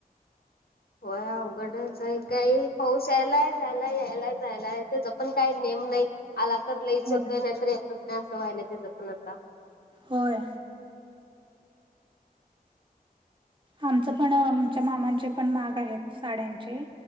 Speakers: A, on the left; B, on the right.
A: होय, अवघडच आहे, काही पाऊस यायला, जायला यायला जायला आहे त्याचा पण काय नेम नाही. आला तर लईच
B: होय
A: येतोय,, नाही तर येतच नाही असं व्हायलाय त्याचं पण आताऽ
B: होय, आमचं पण, आमच्या मामांचे पण माग आहेत साड्यांचे,,